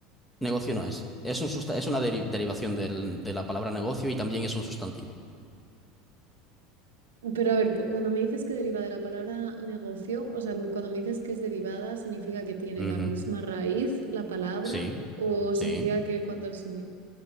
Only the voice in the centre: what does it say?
Negocio no es. Es un susta- es una deri- derivación del- de la palabra negocio y también es un sustantivo.
Ujú.
Sí,
sí.